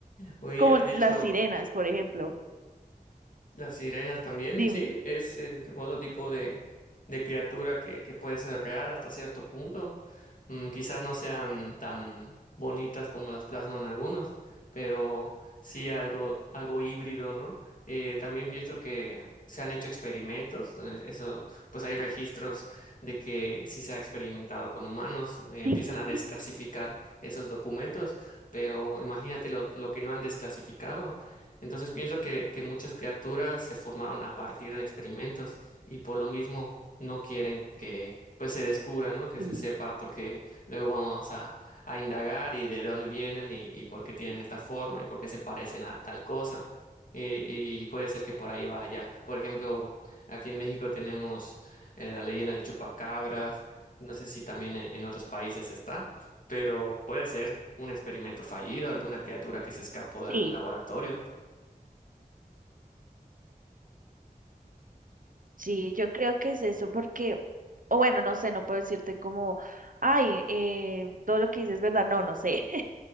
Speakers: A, on the left; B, on the right.
A: Oye,
B: Como
A: has dicho...
B: las sirenas, por ejemplo.
A: Las sirenas también,
B: Dime.
A: sí, es, eh, otro tipo de, de criatura que, que puede ser real hasta cierto punto. Mm, quizás no sean tan bonitas como las plasman algunos, pero sí algo, algo híbrido, ¿no? Eh, también pienso que se han hecho experimentos, eh, eso, pues hay registros de que sí se ha experimentado con humanos, eh, empiezan
B: Sí,
A: a desclasificar esos documentos, pero imagínate lo, lo que no han desclasificado entonces pienso que, que muchas criaturas se formaron a partir de experimentos y por lo mismo no quieren que pues se descubra, ¿no? Que
B: sí,
A: se sepa porque luego vamos a, a indagar y de dónde vienen y, y por qué tienen esta forma y por qué se parecen a tal cosa. Y, y puede ser que por ahí vaya. Por ejemplo, aquí en México tenemos eh, la leyenda del chupacabras. No sé si también en en otros países está pero puede ser un experimento fallido, alguna criatura que se escapó de
B: sí.
A: algún laboratorio.
B: Sí, yo creo que es eso porque, o bueno, no sé, no puedo decirte como, ay, eh, todo lo que dices es verdad, no, no sé, <laughs>